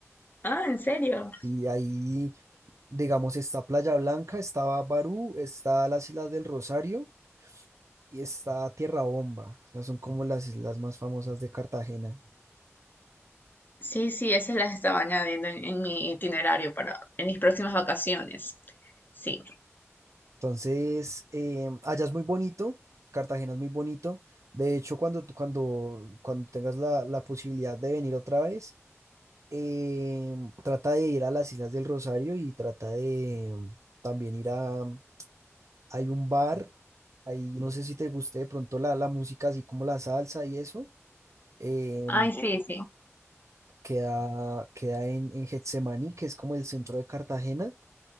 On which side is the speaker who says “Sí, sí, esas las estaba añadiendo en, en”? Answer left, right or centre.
Left